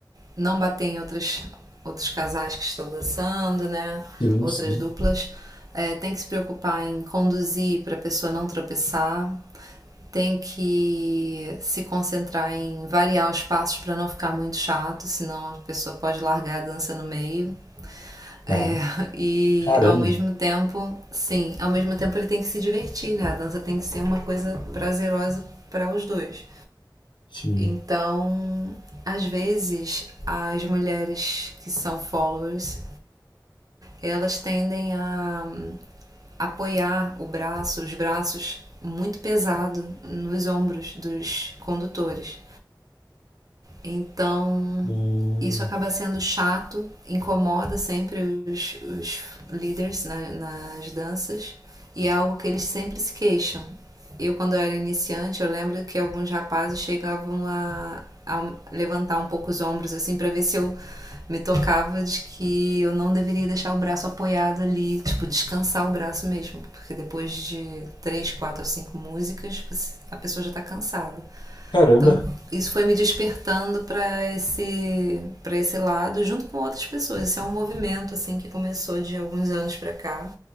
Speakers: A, on the right; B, on the left.
A: não bater em outras, outros casais que estão dançando, né?
B: Sim,
A: Outras
B: sim.
A: duplas. É, tem que se preocupar em conduzir para a pessoa não tropeçar. Tem que se concentrar em variar os passos para não ficar muito chato, senão a pessoa pode largar a dança no meio.
B: Tá.
A: É, <laughs> e
B: Caramba.
A: ao mesmo tempo, sim, ao mesmo tempo ele tem que se divertir, né? A dança tem que ser uma coisa prazerosa para os dois.
B: Sim.
A: Então, às vezes, as mulheres que são followers, elas tendem a hum, apoiar o braço, os braços muito pesado nos ombros dos condutores. Então,
B: Hum,
A: isso acaba sendo chato, incomoda sempre os, os líderes na- nas danças e é algo que eles sempre se queixam. Eu, quando eu era iniciante, eu lembro que alguns rapazes chegavam a, a levantar um pouco os ombros assim para ver se eu me tocava de que eu não deveria deixar o braço apoiado ali, tipo, descansar o braço mesmo, porque depois de três, quatro ou cinco músicas, a pessoa já tá cansada.
B: caramba.
A: Então, isso foi me despertando para esse para esse lado junto com outras pessoas. Esse é um movimento assim que começou de alguns anos para cá.